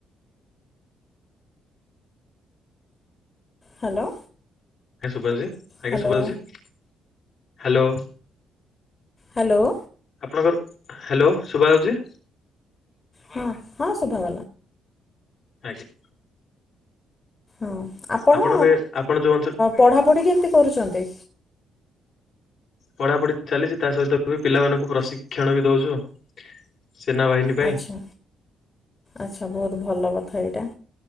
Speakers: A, on the left (about 30°); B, on the left (about 65°).
A: ହ୍ୟାଲୋ।
B: ହଁ ସୁଭାଯାଉଛି ଆଜ୍ଞା
A: ହ୍ୟାଲୋ
B: ସୁଭାଯାଉଛି ହ୍ୟାଲୋ।
A: ହ୍ୟାଲୋ।
B: ଆପଣଙ୍କର ହ୍ୟାଲୋ ସୁବାଯାଉଛି
A: ହଁ ହଁ ଶୁଭା
B: ଆଜ୍ଞା।
A: ହଁ ଆପଣ
B: ଆପଣଙ୍କ ଆପଣ ଯୋଉ ଅଞ୍ଚଳ
A: ପଢ଼ାପଢ଼ି କେମିତି କରୁଛନ୍ତି?
B: ପଢା ପଢି ଚାଲିଛି ତା ସହିତ ବି ପିଲାମାନଙ୍କୁ ପ୍ରଶିକ୍ଷଣ ବି ଦଉଛୁ। ସେନାବାହିନୀ ପାଇଁ
A: ଆଚ୍ଛା। ଆଚ୍ଛା ବହୁତ ଭଲ କଥା ଏଇଟା